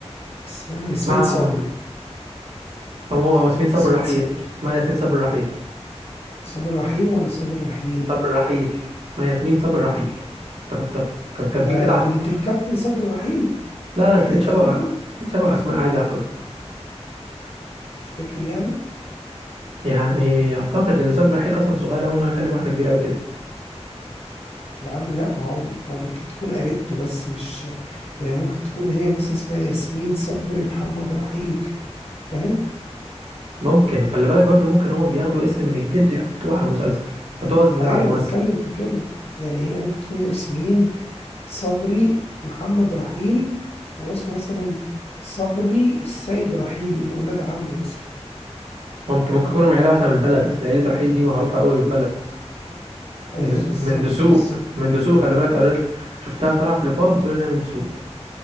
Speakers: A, on the left (about 65°); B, on the right (about 65°).
A: اسمها ياسمين
B: مع
A: صبري
B: هو هو ياسمين
A: ياسمين
B: صبري رحيل
A: صبري
B: مع ياسمين صبري رحيل
A: صبري رحيم ولا صبري رحيل؟
B: صبر رحيل ما ياسمين صبر رحيل افتكرتها كانت
A: ده
B: كاتبين كده على
A: بنت
B: التتر
A: الكابتن صبري رحيل
B: لا لا لقيت
A: هي تقرب
B: شبه
A: له
B: لقيت شبه اسماء عادي اعتقد
A: تفتكر يعني؟
B: يعني اعتقد ان صبر رحيل اصلا صغير قوي انه يخلف واحده كبيره قوي كده
A: يا عم لا ما هو ما هو ممكن تكون قريبته بس مش يعني ممكن تكون هي بس اسمها ياسمين صبري محمد رحيل فاهم؟
B: ممكن خلي بالك برضو ممكن هما بياخدوا اسم من الجد يحطوه على مسلسل يحطوه قصدي
A: ايوه
B: على الممثل
A: بتكلم في كده يعني هي ممكن تكون ياسمين صبري محمد رحيل واسمه مثلا صبري السيد رحيل يبقى ولاد عم مثلا
B: ممكن ممكن يكونوا من عيله واحده من البلد اصل عيله رحيل دي معروفه قوي من البلد من
A: ايوه
B: دس...
A: بالظبط
B: من دسوق
A: بالظبط
B: من دسوق خلي بالك قريت شفتها طالعه في لقاء بتقول انها من دسوق